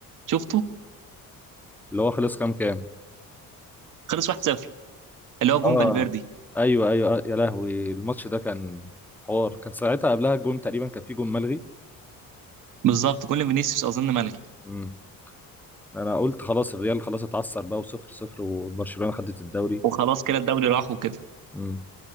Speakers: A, on the right (about 60°); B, in the centre.
A: شفته
B: اللي هو خلص كام كام
A: خلص 1-0 اللي هو
B: اه
A: جون فالفيردي
B: ايوه ايوه اه يا لهوي الماتش ده كان حوار كان ساعتها قبلها الجون تقريبا كان في جون ملغي
A: بالظبط كل فينيسيوس اظن ملغي
B: امم انا قلت خلاص الريال خلاص اتعثر بقى وصفر صفر وبرشلونة خدت الدوري
A: وخلاص كده الدوري راح وكده
B: امم